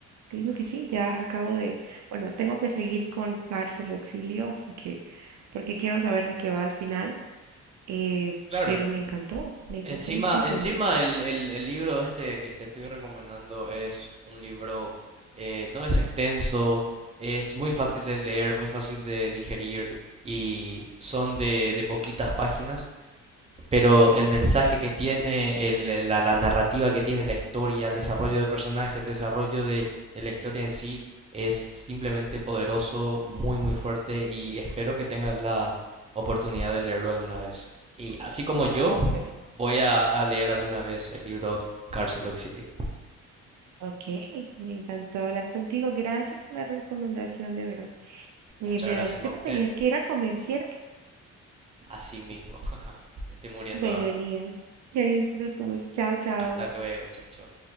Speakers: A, on the right; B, on the right.
A: Creo que sí, ya acabo de, bueno, tengo que seguir con Cárcel o Exilio porque, porque quiero saber de qué va al final, eh,
B: claro.
A: pero me encantó, me encantó
B: Encima,
A: muchísimo.
B: encima el, el- el libro este que te estoy recomendando es un libro, eh, no es extenso, es muy fácil de leer, muy fácil de digerir y son de, de poquitas páginas, pero el mensaje que tiene, el- el- la, la narrativa que tiene, la historia, el desarrollo de personaje, el desarrollo de, de la historia en sí es simplemente poderoso, muy, muy fuerte y espero que tengas la oportunidad de leerlo alguna vez. Y así como yo,
A: No, perfecto.
B: Voy a, a leer alguna vez el libro Cárcel o Exilio.
A: Ok, me encantó hablar contigo. Gracias por la recomendación, de verdad. Eh,
B: Muchas
A: me
B: gracias
A: habías dicho
B: a usted.
A: que tenías que ir a comer, ¿cierto?
B: Así mismo. <laughs> Me estoy muriendo
A: Bueno,
B: de hambre.
A: Elías, que disfrutes. Chao, chao.
B: Hasta luego. Chau, chau.